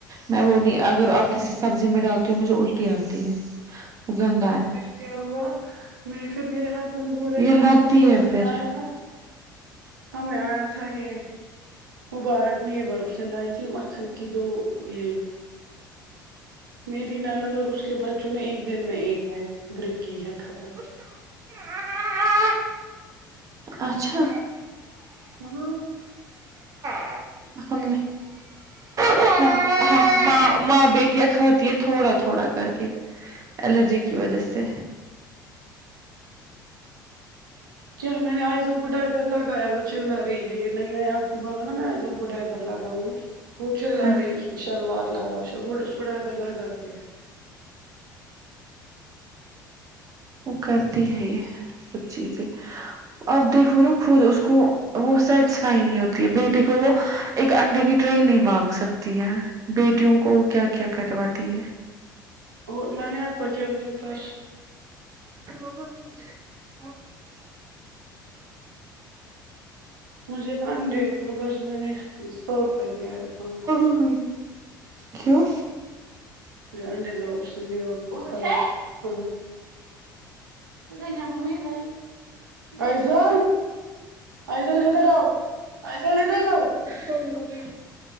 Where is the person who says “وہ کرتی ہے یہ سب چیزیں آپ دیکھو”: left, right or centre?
Right